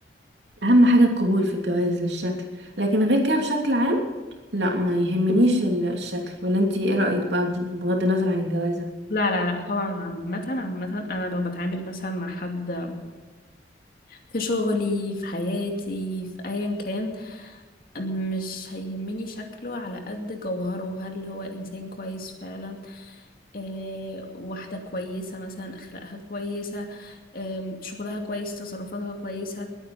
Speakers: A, on the right (about 80°); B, on the left (about 55°).
A: أهم حاجة القبول في الجواز للشكل لكن غير كده بشكل عام لا ما يهمنيش ال- الشكل ولا انتي ايه رأيك بقى بغض النظر عن الجوازة
B: لا لا لا طبعا عامة عامة أنا لو بتعامل مثلا مع حد في شغلي في حياتي في أيا كان مش هيهمني شكله على قد جوهره هل هو إنسان كويس فعلا آه واحدة كويسة مثلا أخلاقها كويسة آه شغلها كويس تصرفاتها كويسة